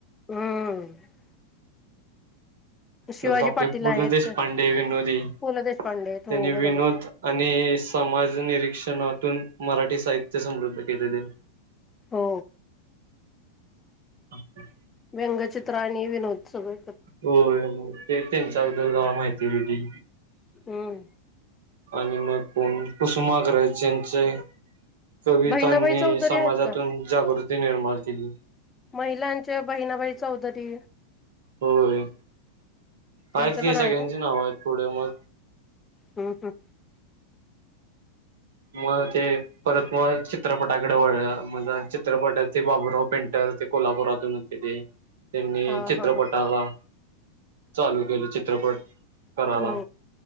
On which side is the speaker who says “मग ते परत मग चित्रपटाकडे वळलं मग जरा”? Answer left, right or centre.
Right